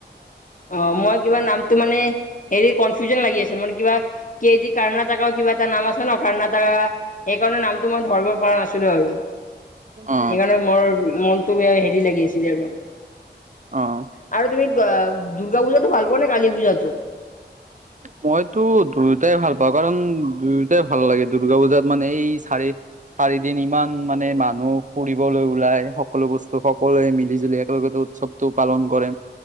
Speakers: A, on the left; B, on the right.
A: অ' মই কিবা নামতটো মানে হেৰি কনফিউজন লাগি আছিল মানে কিবা কাৰণ কিবা এটা নাম আছে ন কাৰণ এটা সেইকাৰণে নামটো মই ধৰিব পৰা নাছিলো আৰু
B: অ
A: সেইকাৰণে মোৰ মনটো বে হেৰি লাগি আছিলে আৰু।
B: অহ,
A: আৰু তুমি দুৰ্গা পূজাতটো ভাল। পোৱা নে কালী পূজাতো?
B: মইতো দুই দুটাই ভাল পাওঁ কাৰণ দুয়োটাই ভাল লাগে দুৰ্গা পূজাত মানে এই চাৰি। চাৰিদিন ইমান মানে মানুহ ফুৰিবলৈ ওলাই সকলো বস্তু সকলোৱে মিলি জুলি একেলগে উৎসৱটো পালন কৰে